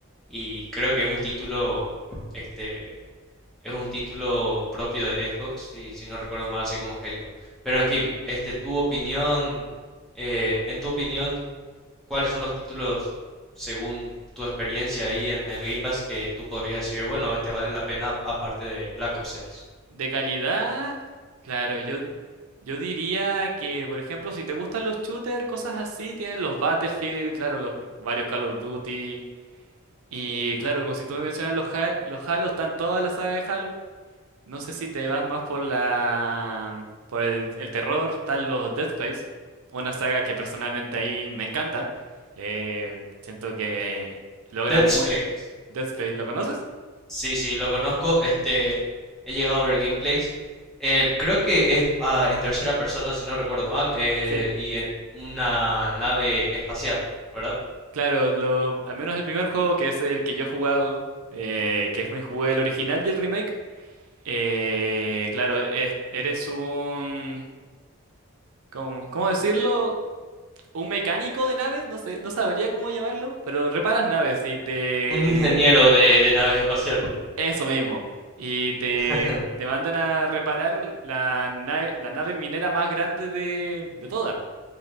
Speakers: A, in the centre; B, on the right (about 85°).
A: Y creo que es un título, este, es un título propio de Xbox, si, si no recuerdo mal, así como Halo. Pero en fin, este, tu opinión, eh, en tu opinión, ¿Cuáles son los títulos, según tu experiencia ahí en el Game Pass, que tú podrías decir, bueno, este vale la pena aparte de Black Ops 6?
B: de calidad, claro, yo, yo diría que, por ejemplo, si te gustan los shooters, cosas así, tienes los Battlefield, claro, los varios Call of Duty. Y claro, como si tú me mencionas los, Ja- los Halo, están toda la saga de Halo. No sé si te vas más por la por el, el terror, están los Dead Space, una saga que personalmente ahí me encanta. Eh, siento que logra
A: Dead
B: muy
A: Space.
B: Dead Space, ¿lo conoces?
A: Sí, sí, lo conozco. Este, he llegado a ver gameplays. Eh, creo que es ah, en tercera persona, si no recuerdo mal, eh,
B: Sí.
A: y en una nave espacial, ¿verdad?
B: Claro, lo, al menos el primer juego que es el que yo he jugado, eh, que es me jugué el original y el remake. eh, claro, es- eres un ¿cómo, cómo decirlo? un mecánico de naves, no sé, no sabría cómo llamarlo, pero reparas naves y te...
A: Un ingeniero de, de naves espaciales.
B: Eso mismo. Y te,
A: <laughs>
B: te mandan a reparar la nave, la nave minera más grande de, de todas.